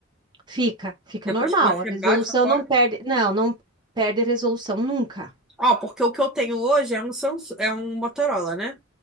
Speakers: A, on the right; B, in the centre.
A: fica, fica
B: depois
A: normal.
B: que você
A: A resolução
B: bate a foto.
A: não perde, não, não perde resolução nunca.
B: Ó, porque o que eu tenho hoje é um Samsung, é um Motorola, né?